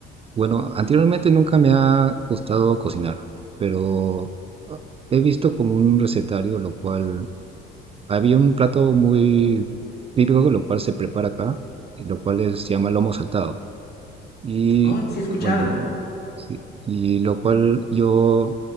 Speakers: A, on the right; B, on the left.
A: bueno, anteriormente nunca me ha gustado cocinar, pero ah, he visto como un recetario, lo cual había un plato muy típico, lo cual se prepara acá, y lo cual es- se llama lomo saltado Y
B: Oh, sí, he escuchado.
A: bueno, sí, y lo cual yo,